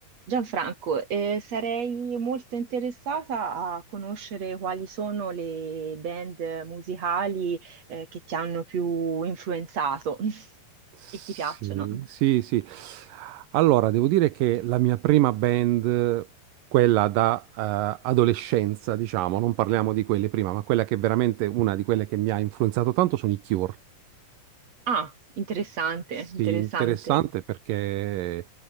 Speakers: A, on the right; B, on the right.
A: Gianfranco, eh, sarei molto interessata a conoscere quali sono le band musicali, eh, che ti hanno più influenzato <laughs>
B: Sì,
A: e ti piacciono.
B: sì, sì. Allora, devo dire che la mia prima band, quella da eh, adolescenza, diciamo, non parliamo di quelle prima, ma quella che è veramente una di quelle che mi ha influenzato tanto sono i Cure.
A: Ah, interessante,
B: Sì,
A: interessante.
B: interessante perché